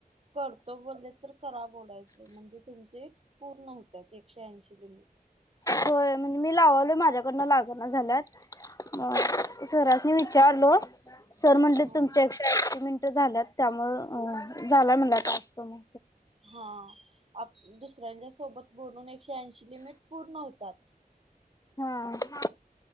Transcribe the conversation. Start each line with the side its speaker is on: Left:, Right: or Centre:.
Right: करतो बोलले तर करा बोलायचं म्हणजे तुमचे पूर्ण होतात एकशे ऐंशी लिमिट
Left: होय, म्हणजे मी लाव माझ्याकडून लागण्या झाल्यात म्हणून, सरासनी विचारल सर म्हंटले
Right: लिमिट.
Left: तुमच्या ऐकशे अंशी मिनिटं झालेले आहें, त्यामुळे झाला म्हण टास्क पुर्ण.
Right: हा आ दुसऱ्यांच्या सोबत बोलून एकशे ऐंशी लिमिट पूर्ण होतात.
Left: हा